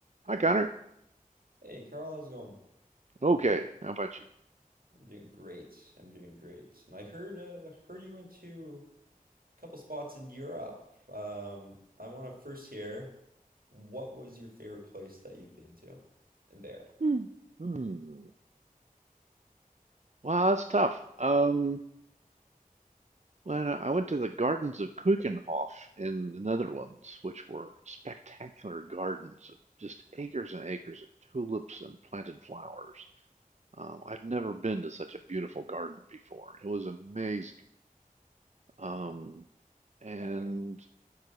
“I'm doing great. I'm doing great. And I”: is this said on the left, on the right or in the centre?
Right